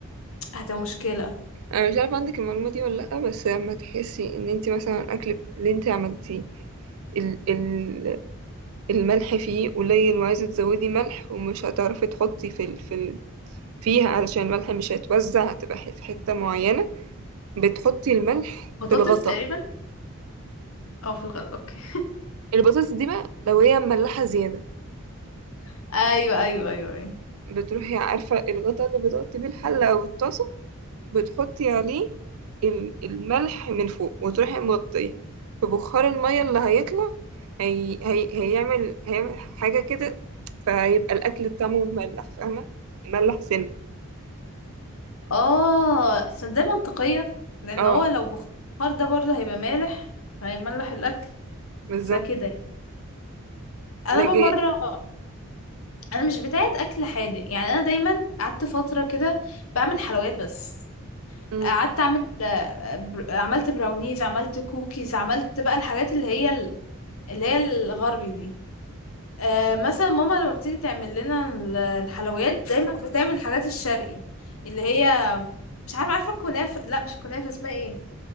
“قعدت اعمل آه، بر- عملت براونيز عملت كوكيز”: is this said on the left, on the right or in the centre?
Left